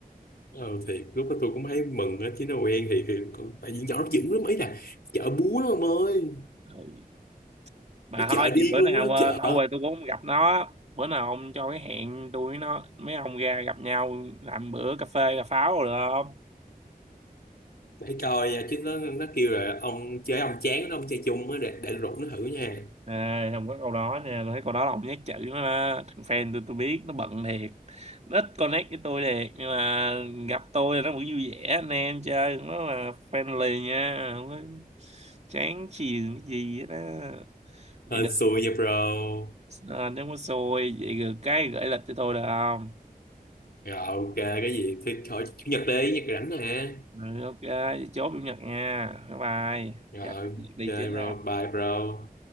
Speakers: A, on the left (about 85°); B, on the right (about 45°).
A: ờ thiệt lúc đó tôi cũng thấy mừng á chứ nó quen thì, thì còn- tại vì nhỏ nó dữ lắm ấy là chợ búa đó ông ơi
B: ừ. mà
A: nó
B: thôi
A: chợ
B: vậy
A: điên
B: bữa
A: luôn
B: nào
A: á
B: ờ,
A: chợ
B: lâu rồi tôi cũng không gặp nó bữa nào ông cho cái hẹn tôi với nó mấy ông ra gặp nhau làm bữa cà phê cà pháo rồi được không
A: để coi nha chứ nó nó kêu là ông chơi ông chán nó ông chơi chung á để để rủ nó thử nha
B: À, không có câu đó nha tôi thấy câu đó là ông nhát chữ nó đó. thằng fan tôi tôi biết nó bận thiệt nó ít connect với tôi thiệt nhưng mà gặp tôi nó vẫn vui vẻ anh em chơi nó là friendly nha không có chán chường cái gì hết á vậy
A: Hên
B: được
A: xui nha bro.
B: à, nếu có xui vậy được cái gửi lịch cho tôi được không
A: Rồi ok, cái gì thì khỏi Chủ nhật đi, nhật rảnh nè.
B: ừ, ok vậy chốt chủ nhật nha bye bye
A: Rồi
B: dạ đi
A: ok
B: trước
A: bro,
B: ha
A: bye bro.